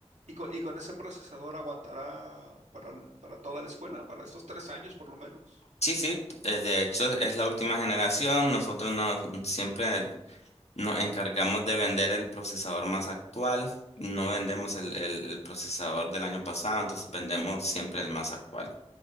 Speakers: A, on the right (about 85°); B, on the left (about 70°).
A: ¿Y con, y con ese procesador aguantará para, el- para toda la escuela, para estos tres años por lo menos?
B: Sí, sí, eh, de hecho es la última generación. Nosotros nos, siempre nos encargamos de vender el procesador más actual. No vendemos el, el el procesador del año pasado, entonces vendemos siempre el más actual.